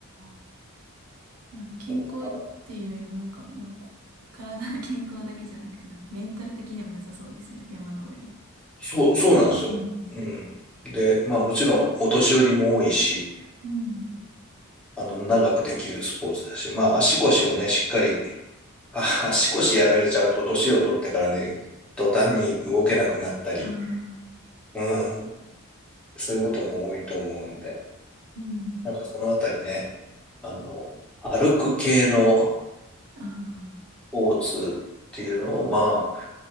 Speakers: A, on the right; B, in the centre.
A: あ。なんか健康っていうよりもなんかもうこ
B: の、
A: <laughs> 体の健康だけじゃなくてなんかメンタル的にも良さそうですね。山登り。
B: そう、そうなんですよ。
A: うん。
B: うん。で、まあもちろん、お年寄りも多いし、
A: うん。
B: あの、長くできるスポーツだし、まあ足腰をね、しっかり、あ、足腰やられちゃうと、年を取ってからね、途端に動けなくなったり、
A: ああ。
B: うん、そういうことも多いと思うんで、
A: うん。
B: なんかそのあたりね、あの、歩く系の
A: ああ。
B: スポーツっていうのを、まあ、